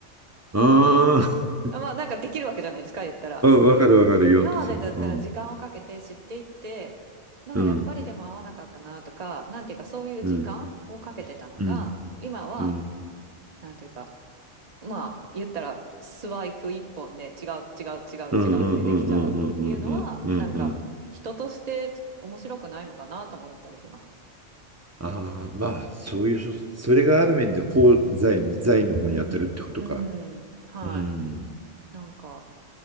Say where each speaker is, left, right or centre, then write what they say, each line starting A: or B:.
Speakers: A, on the right; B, on the right.
A: あ <laughs>
B: まあなんかできるわけじゃないですか、言ったら。
A: あ、うんわかるわかる、言わんとするの。
B: 今までだったら時間をかけて知っていって、
A: うん
B: まあやっぱりでも合わなかったなとか、
A: うん
B: なんていうかそういう時間をかけてたのが、
A: うん。うん。
B: 今は、
A: うん。
B: なんていうか、まあ言ったらスワイプ一本で違う違う違う違うってできちゃうっていうのはなんか人として面白くないのかなとも思ったりします。
A: うんうんうんうんうんうんうんうん。ああ、まあ、そういうそ、それがある面で功罪の罪の方に当たるってことか。
B: うん、うん、はい。
A: うん。
B: なんか、